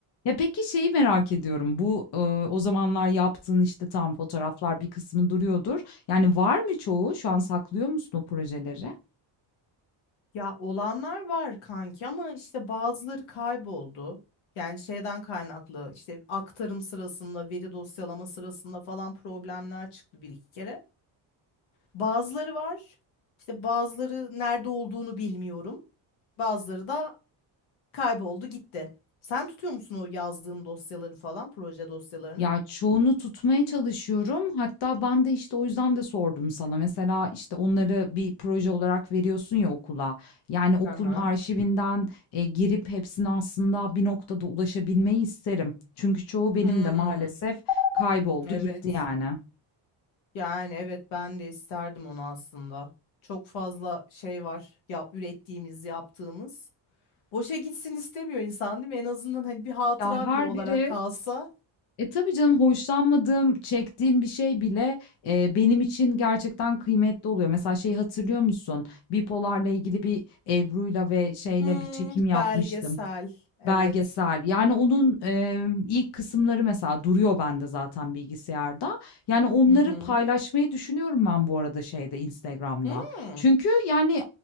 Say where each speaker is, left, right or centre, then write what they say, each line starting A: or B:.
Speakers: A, on the left; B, on the left.
A: Ya, peki şeyi merak ediyorum. Bu, ııı, o zamanlar yaptığın, işte, tam fotoğraflar bir kısmı duruyordur. Yani, var mı çoğu? Şu an saklıyor musun o projeleri?
B: Ya olanlar var kanki ama işte bazıları kayboldu. Yani şeyden kaynaklı işte aktarım sırasında, veri dosyalama sırasında falan problemler çıktı bir iki kere. Bazıları var. İşte bazıları nerede olduğunu bilmiyorum. Bazıları da kayboldu gitti. Sen tutuyor musun o yazdığın dosyaları falan, proje dosyalarını?
A: Ya, çoğunu tutmaya çalışıyorum. Hatta ben de, işte, o yüzden de sordum sana. Mesela, işte, onları bir proje olarak veriyorsun ya okula. Yani, okulun
B: Aha.
A: arşivinden, eee, girip hepsine aslında bir noktada ulaşabilmeyi isterim. Çünkü çoğu benim
B: Hmm,
A: de maalesef kayboldu
B: evet.
A: gitti yani.
B: Yani evet ben de isterdim onu aslında. Çok fazla şey var yap ürettiğimiz, yaptığımız. Boşa gitsin istemiyor insan değil mi? En azından hani bir hatıra
A: Ya, her
B: bile olarak
A: biri
B: kalsa.
A: E, tabii canım, hoşlanmadığım, çektiğim bir şey bile, eee, benim için gerçekten kıymetli oluyor. Mesela şeyi hatırlıyor musun? Bipolar'la ilgili bir Ebru'yla ve şeyle
B: Hmm,
A: bir çekim yapmıştım.
B: belgesel. Evet.
A: Belgesel. Yani onun, emm, ilk kısımları mesela duruyor bende zaten bilgisayarda. Yani onları
B: Hı hı.
A: paylaşmayı düşünüyorum ben bu arada şeyde, Instagram'da.
B: Hmm,
A: Çünkü yani